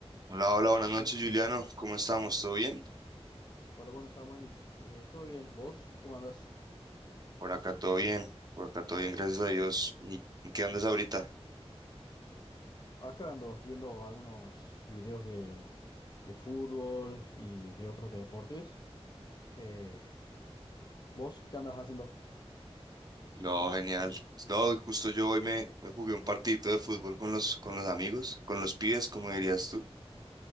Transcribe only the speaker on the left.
Hola, bueno Samuel, Eh, ¿todo bien? ¿Vos? ¿Cómo andás?
Acá ando viendo algunos videos de, de fútbol y de otros deportes. Eh, ¿vos qué andas haciendo?